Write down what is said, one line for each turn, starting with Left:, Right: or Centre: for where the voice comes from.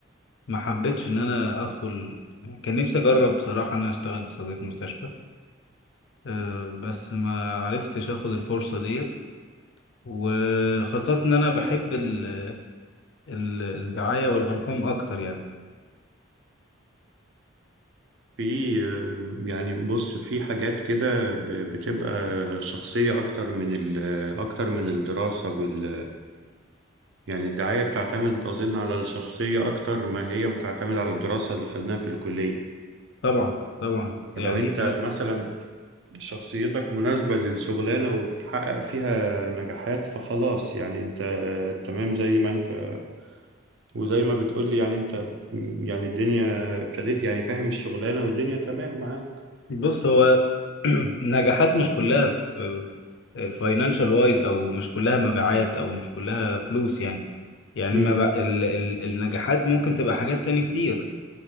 Left: ما حبيتش ان انا ادخل كان نفسي اجرب بصراحة ان انا اشتغل في صيدلية مستشفى أه، بس ما عرفتش اخد الفرصة ديت وخاصة ان انا بحب ال... ال... الدعاية والارقام اكتر يعني
Right: في آه، يعني بص في حاجات كده ب- بتبقى شخصية أكتر من ال أكتر من الدراسة وال يعني الدعاية بتعتمد أظن على الشخصية أكتر ما هي بتعتمد على الدراسة اللي خدناها في الكلية
Left: طبعا طبعا
Right: فلو
Left: يعني
Right: أنت
Left: انا
Right: مثلا شخصيتك مناسبة للشغلانة وبتحقق فيها نجاحات فخلاص يعني أنت آه، تمام زي ما أنت وزي ما بتقولي يعني أنت م، يعني الدنيا ابتديت يعني فاهم الشغلانة والدنيا تمام معاك
Left: بص هو <clears throat> نجاحات مش كلها في فاينانشال وايز او مش كلها مبيعات او مش كلها فلوس يعني يعني
Right: امم
Left: ما ب... ال... ال... النجاحات ممكن تبقى حاجات تاني كتير